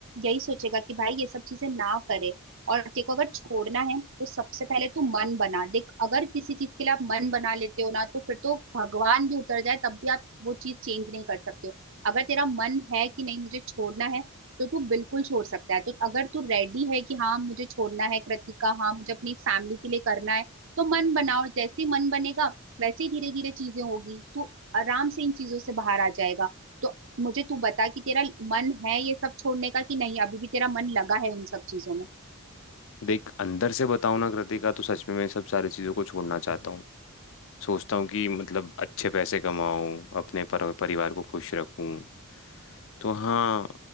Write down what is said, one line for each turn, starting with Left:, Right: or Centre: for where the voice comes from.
Right: यही सोचेगा कि भाई ये सब चीजें ना करे और तेरे को अगर छोड़ना है तो सबसे पहले तू मन बना देख अगर किसी चीज के लिए आप मन बना लेते हो ना तो फिर तो भगवान भी उतर जाए तब भी आप वो चीज चेंज नहीं कर सकते हो अगर तेरा मन है कि नहीं मुझे छोड़ना है तो तू बिल्कुल छोड़ सकता है तो अगर तू रेडी है कि हाँ मुझे छोड़ना है कृतिका हाँ मुझे अपनी फैमिली के लिए करना है तो मन बनाओ जैसे ही मन बनेगा वैसे ही धीरे धीरे चीजें होगी तू आराम से इन चीजों से बाहर आ जाएगा तो मुझे तू बता कि तेरा मन है ये सब छोड़ने का कि नहीं अभी भी तेरा मन लगा है उन सब चीजों में
Left: देख अंदर से बताऊं ना कृतिका तो सच में मैं सब सारी चीजों को छोड़ना चाहता हूँ सोचता हूँ कि मतलब अच्छे पैसे कमाऊं अपने पर, परिवार को खुश रखूं तो हाँ